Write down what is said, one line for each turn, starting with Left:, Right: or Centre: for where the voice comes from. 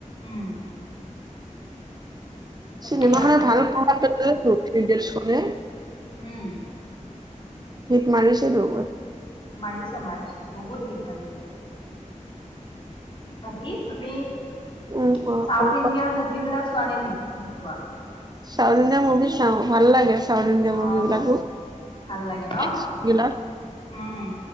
Left: উম তাকেই
Right: চিনেমাখনে
Left: আৰু
Right: ভাল প্ৰভাৱ পেলাই
Left: উম
Right: ভিত মাৰিছে তো
Left: মাৰিছে মাৰিছে বহুত হিট মাৰিছে। বাকী তুমি চাউথ
Right: উম অ অ
Left: ইণ্ডিয়াৰ
Right: ক
Left: মুভি বিলাক চোৱা নে নোচোৱা।
Right: চাউথ ইণ্ডিয়া মুভি চাও ভাল লাগে, চাউথ ইণ্ডিয়া
Left: অ
Right: মুভিবিলাকো।
Left: ভাল লাগে ন
Right: এক্স বিলাক
Left: উম